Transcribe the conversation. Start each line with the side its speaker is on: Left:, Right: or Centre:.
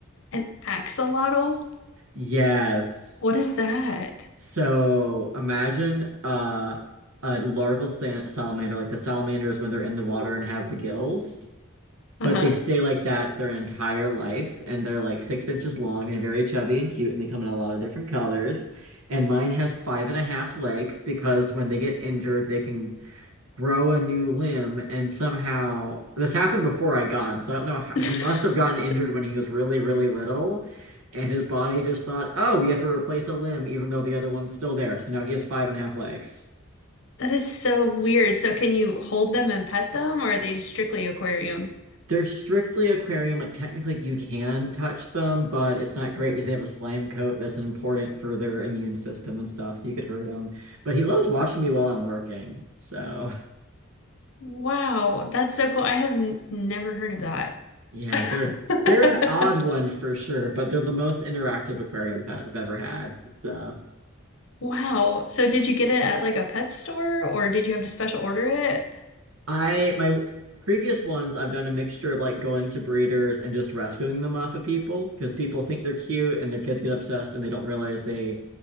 Left: an axolotl?
Right: Yes.
Left: What is that?
Right: So imagine uh, a larval sa salamander, like the salamanders when they're in the water and have the gills,
Left: Uh-huh.
Right: but they stay like that their entire life, and they're like six inches long and very chubby and cute, and they come in a lot of different colors. And mine has five and a half legs because when they get injured, they can grow a new limb and somehow this happened before I got him, so I don't know how,
Left: <laughs>
Right: he must have gotten injured when he was really, really little, and his body just thought, oh, we have to replace a limb even though the other one's still there. So now he has five and a half legs.
Left: That is so weird. So can you hold them and pet them, or are they just strictly aquarium?
Right: They're strictly aquarium, like technically you can touch them, but it's not great because they have a slime coat that's important for their immune system and stuff, so you could hurt them. But he loves watching me while I'm working, so.
Left: Wow, that's so cool. I have n never heard of that.
Right: Yeah,
Left: <laughs>
Right: they're they're an odd one for sure, but they're the most interactive aquarium pet I've ever had. So
Left: Wow. So did you get it at like a pet store or did you have to special order it?
Right: I my w- previous ones I've done a mixture of like going to breeders and just rescuing them off of people because people think they're cute and their kids get obsessed and they don't realize they